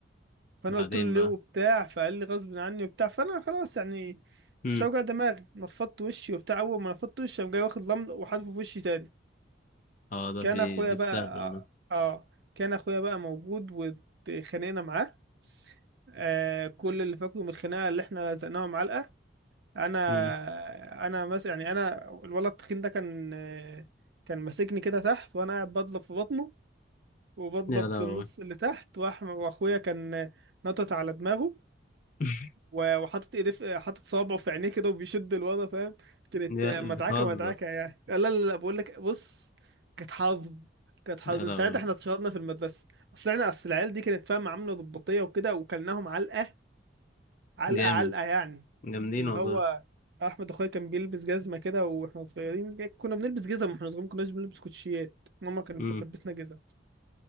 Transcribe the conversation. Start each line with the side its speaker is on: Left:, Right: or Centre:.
Right: فانا
Left: بعدين
Right: قلت له
Left: بقى
Right: ليه وبتاع فقال لي غصب عني وبتاع فانا خلاص يعني
Left: امم
Right: مش هوجع دماغي نفضت وشي وبتاع اول ما نفضت وشي قام جاي واخد رمل وحاطه في وشي تاني
Left: اه ده
Right: كان
Left: بي...
Right: اخويا
Left: بيستهبل
Right: بقى
Left: ده
Right: اه كان اخويا بقى موجود واتخانقنا معاه آه كل اللي فاكره من الخناقه اللي احنا زقناها معلقه انا
Left: امم
Right: انا مثلا يعني انا الولد التخين ده كان آه، كان ماسكني كده تحت وانا قاعد بضرب في بطنه وبضرب
Left: يا لهوي
Right: في النص اللي تحت وأح- واخويا كان آه، نطت على دماغه
Left: <laughs>
Right: و- وحاطط ايديه في حاطط صوابعه في عينيه كده وبيشد الوضع فاهم كانت
Left: يا
Right: مدعكه
Left: بتهزر
Right: مدعكه يعني لا لا لا بقول لك بص كانت حظ كانت حظ
Left: يا
Right: من
Left: لهوي
Right: ساعتها احنا اتشهرنا في المدرسه اصل احنا اصل العيال دي كانت فاهم عامله ضباطيه وكده وكلناهم علقه علقه
Left: جامد
Right: علقه يعني
Left: جامدين
Right: اللي
Left: والله
Right: هو احمد اخويا كان بيلبس جزمه كده واحنا صغيرين كنا بنلبس جزم واحنا صغيرين ما كناش بنلبس كوتشيات ماما كانت
Left: امم
Right: بتلبسنا جزم